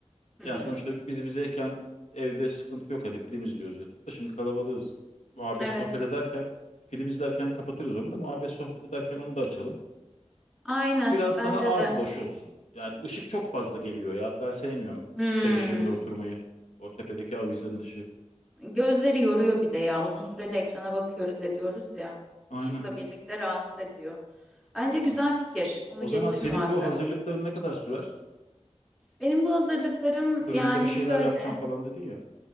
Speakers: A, in the centre; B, on the left (about 75°).
A: Hmm.
B: Yani sonuçta biz bizeyken evde sıkıntı yok. Hani film izliyoruz yatıp da şimdi kalabalığız. Muhabbet
A: Evet.
B: sohbet ederken film izlerken kapatırız onu da muhabbet sohbet ederken onu da açalım.
A: Aynen
B: Biraz
A: bence
B: daha az
A: de.
B: loş olsun. Yani çünkü ışık çok fazla geliyor ya. Ben sevmiyorum
A: Hmm.
B: şey ışığında oturmayı. O tepedeki avizenin ışığı.
A: Gözleri yoruyor bir de ya. Uzun sürede ekrana bakıyoruz ediyoruz ya.
B: Aynen,
A: Işıkla birlikte rahatsız ediyor. Bence
B: aynen.
A: güzel fikir. Onu
B: O
A: getir
B: zaman senin
A: muhakkak.
B: bu hazırlıkların ne kadar sürer?
A: Benim bu hazırlıklarım
B: Fırında
A: yani
B: bir şeyler
A: şöyle.
B: yapacağım falan dedin ya.